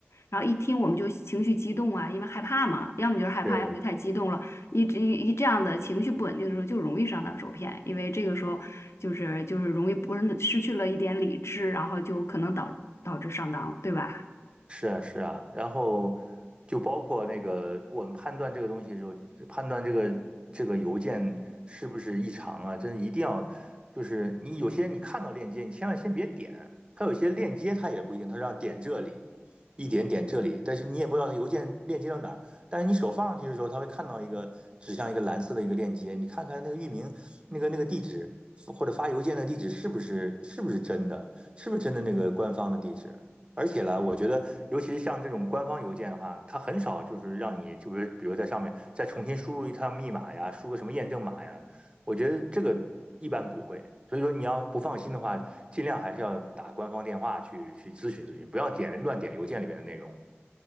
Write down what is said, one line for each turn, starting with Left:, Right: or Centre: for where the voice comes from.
Left: 然后一听我们就情绪激动啊，因为害怕嘛，要么就是害怕，
Right: 对，
Left: 要么就太激动了。一直一一这样的情绪不稳定的时候，就容易上当受骗，因为这个时候就是就是容易不是失去了一点理智，然后就可能导导致上当，对吧？
Right: 是啊，是啊，然后就包括那个我们判断这个东西的时候，判断这个这个邮件是不是异常啊，真的一定要，就是你有些你看到链接，你千万先别点，它有些链接它也不一定，它让点这里，一点点这里，但是你也不知道它邮件链接到哪儿，但是你手放上去的时候，它会看到一个指向一个蓝色的一个链接，你看看那个域名，那个那个地址或者发邮件的地址是不是是不是真的，是不是真的那个官方的地址。而且呢，我觉得，尤其是像这种官方邮件的话，它很少就是让你，就是比如在上面再重新输入一趟密码呀，输个什么验证码呀，我觉得这个一般不会。所以说，你要不放心的话，尽量还是要打官方电话去去咨询咨询，不要点乱点邮件里边的内容。